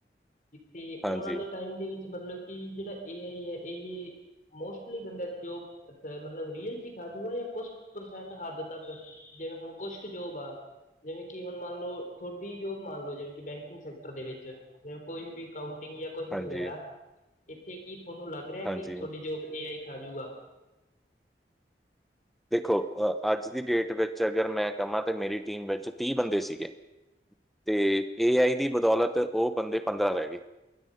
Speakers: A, on the left; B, in the centre.
A: ਤੇ
B: ਹਾਂਜੀ
A: ਆਉਣ ਵਾਲੇ ਟਾਈਮ ਦੇ ਵਿੱਚ, ਮਤਲਬ ਕਿ ਜਿਹੜਾ ਇਹ ਏ ਹੀ ਏ ਇਹ ਜ ਮੋਸਟਲੀ ਬੰਦਿਆਂ ਦੀ ਜੋ ਮਤਲਬ ਰੀਅਲ'ਚ ਖਾਜੂਗਾ ਜਾਂ ਕੁਛ ਪਰਸੈਂਟ ਹੱਦ ਤੱਕ ਜਿਵੇਂ, ਹੁਣ ਕੁਛਕ ਜੋਬ ਆ ਜਿਵੇਂ ਕਿ, ਹੁਣ ਮੰਨ ਲਓ ਥੋਡੀ ਜੋਬ ਮੰਨ ਲਓ ਜਿਵੇਂ ਕਿ, ਬੈਂਕਿੰਗ ਸੈਕਟਰ ਦੇ ਵਿੱਚ ਜਿਵੇਂ ਕੋਈ ਵੀ ਕਾਉਂਟਿੰਗ ਜਾਂ ਕੁਛ ਵੀ,
B: ਹਾਂਜੀ
A: ਵਗੈਰਾ ਇੱਥੇ ਕੀ ਥੋਨੂੰ ਲੱਗ ਰਿਹਾ
B: ਹਾਂਜੀ
A: ਕਿ, ਤੁਹਾਡੀ ਜੋਬ ਏ ਆਈ ਖਾਜੂਗਾ?
B: ਦੇਖੋ, ਅ- ਅੱਜ ਦੀ ਡੇਟ ਵਿੱਚ ਅਗਰ ਮੈਂ ਕਮਾਂ ਤਾਂ ਮੇਰੀ ਟੀਮ ਵਿੱਚ ਤੀਹ ਬੰਦੇ ਸੀਗੇ। ਤੇ, ਏ ਆਈ ਦੀ ਬਦੌਲਤ ਉਹ ਬੰਦੇ ਪੰਦਰਾਂ ਰਹਿ ਗੇ।